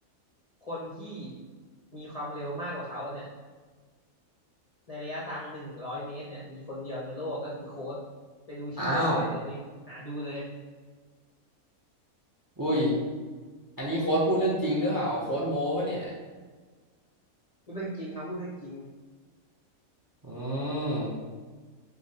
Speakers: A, on the left (about 35°); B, on the right (about 25°).
A: คนที่มีความเร็วมากกว่าเขาเนี่ยในระยะทางหนึ่งร้อยเมตรเนี่ยมีคนเดียวในโลกก็คือโค้ชไปดูชื่อได้เลยเธอไปหาดูเลย
B: อ้าวอุ้ยอันนี้โค้ชพูดเรื่องจริงหรือเปล่าโค้ชโม้ปะเนี่ย
A: พูดเรื่องจริงครับพูดเรื่องจริง
B: อืม